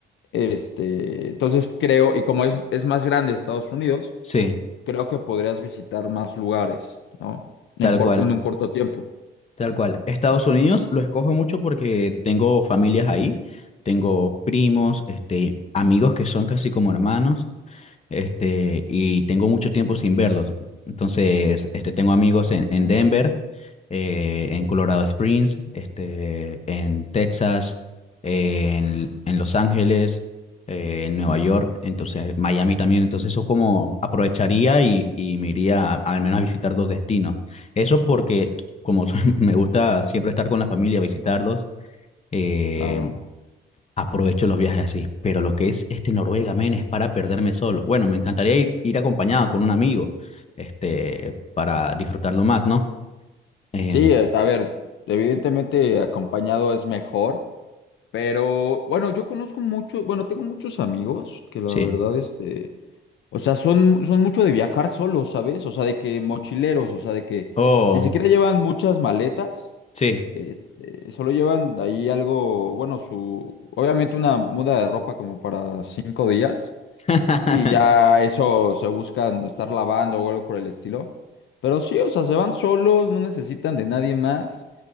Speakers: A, on the left (about 70°); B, on the left (about 35°).
A: Este, entonces creo, y como es, es más grande Estados Unidos,
B: sí,
A: creo que podrías visitar más lugares, ¿no? En
B: tal
A: corto,
B: cual.
A: en un corto tiempo.
B: Tal cual. Estados Unidos lo escojo mucho porque tengo familias ahí, tengo primos, este, amigos que son casi como hermanos este, y tengo mucho tiempo sin verlos. Entonces, este, tengo amigos en, en Denver, eh, en Colorado Springs, este, en Texas, en, en Los Ángeles, eh, en Nueva York, entonces Miami también. Entonces, eso como aprovecharía y, y me iría a- al menos a visitar dos destinos. Eso porque, como soy- <laughs> me gusta siempre estar con la familia, visitarlos. eh,
A: Claro.
B: aprovecho los viajes así. Pero lo que es este Noruega, men, es para perderme solo. Bueno, me encantaría ir, ir acompañado con un amigo, este, para disfrutarlo más, ¿no? Em,
A: Sí, eh, a ver, evidentemente acompañado es mejor, pero bueno, yo conozco mucho, bueno, tengo muchos amigos que la
B: sí.
A: verdad, este, o sea, son, son mucho de viajar solos, ¿sabes? O sea, de que mochileros, o sea, de que
B: Oh,
A: ni siquiera llevan muchas maletas
B: sí.
A: Este, solo llevan ahí algo, bueno, su, obviamente una muda de ropa como para cinco días
B: <laughs>
A: y ya eso se buscan estar lavando o algo por el estilo. Pero sí, o sea, se van solos, no necesitan de nadie más